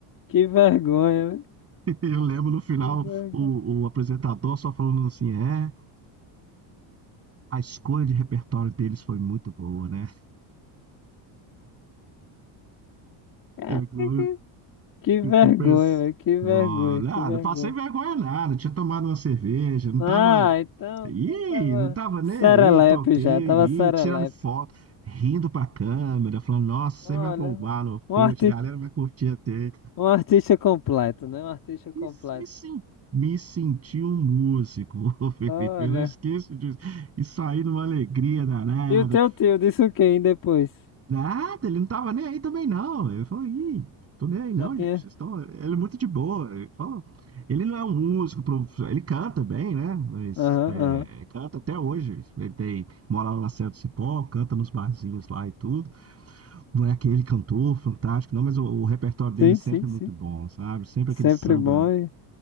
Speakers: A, on the left; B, on the right.
A: Que vergonha, velho.
B: eu lembro no final
A: Que vergonha.
B: o, o apresentador só falando assim, é, a escolha de repertório deles foi muito boa, né?
A: Caraca.
B: E agora
A: Que
B: Eu
A: vergonha,
B: tô pensando.
A: velho. Que vergonha,
B: Olha,
A: que
B: ah,
A: vergonha.
B: não passei vergonha nada, tinha tomado uma cerveja, não
A: Ah,
B: tava.
A: então,
B: Ih,
A: então tava
B: não tava nem
A: serelepe
B: aí, toquei,
A: já, tava serelepe.
B: ih, tirando foto, rindo pra câmera, falando, nossa, você
A: Olha,
B: vai bombar no Orkut,
A: um
B: a galera vai curtir até.
A: Um artista completo, né? Um artista
B: E
A: completo.
B: s- me, sen- me senti um músico, <laughs> ô Felipe,
A: Olha.
B: eu não esqueço disso. E saí numa alegria danada.
A: E o teu tio disse o que aí depois?
B: Nada, ele não tava nem aí também, não. Ele falou, ih, tô nem aí
A: Já
B: não,
A: tinha.
B: gente. Vocês estão... Ele é muito de boa. Ele falou, ele não é um músico, prof- ele canta bem, né? Mas
A: Aham,
B: é,
A: aham.
B: canta até hoje. Ele tem, mora lá na Serra do Cipó, canta nos barzinhos lá e tudo. Não é aquele cantor fantástico, não, mas o, o repertório dele
A: Sim,
B: é sempre
A: sim,
B: muito
A: sim.
B: bom, sabe? Sempre
A: Sempre
B: aquele samba.
A: bom. E...